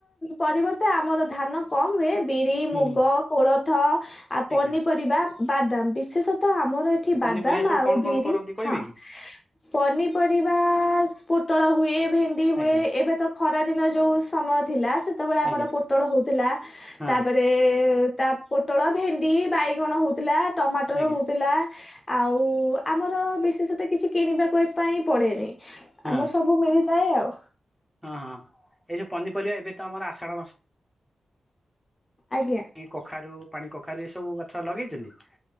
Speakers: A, on the left (about 25°); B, in the centre.
A: ପରିବର୍ତ୍ତେ ତେ ଆମର ଧାନ କମ୍ ହୁଏ ବିରି,
B: ହୁଁ
A: ମୁଗ, କୋଳଥ, ଆଉ ପନିପରିବା
B: ଆଜ୍ଞା
A: ବାଦାମ୍ ବିଶେଷତଃ ଆମର ଏଠି ବାଦାମ୍
B: ପନିପରିବା ସବୁ
A: ଆଉ
B: କଣ
A: ବିରି
B: କଣ କରନ୍ତି କହିବେ
A: ହଁ-
B: କି
A: ପନିପରିବା ପୋଟଳ ହୁଏ ଭେଣ୍ଡି ହୁଏ
B: ଆଜ୍ଞା
A: ଏବେ ତ ଖରାଦିନରେ ଯଉ ସମୟ ଥିଲା ସେତେବଳେ ଆମର
B: ଆଜ୍ଞା
A: ପୋଟଳ ହଉଥିଲା
B: ହଁ
A: ତାପରେ ତା ପୋଟଳ, ଭେଣ୍ଡି, ବାଇଗଣ, ହଉଥିଲା ଟମାଟର
B: ଆଜ୍ଞା
A: ହଉଥିଲା। ଆଉ ଆମର ବିଶେଷତଃ କିଛି କିଣିବାକୁ ହେଇଥିପାଇଁ ପଡେନି।
B: ହଁ
A: ଆମର ସବୁ ମିଳିଯାଏ ଆଉ।
B: ହଁ -ହଁ ଏଇ ଯଉ ପନିପରିବା ଏବେ ତ ଆମର ଆଷାଢ ମାସ
A: ଆଜ୍ଞା।
B: କଖାରୁ, ପାଣି କଖାରୁ ଏ ସବୁ ଗଛ ଲଗେଇଚନ୍ତି?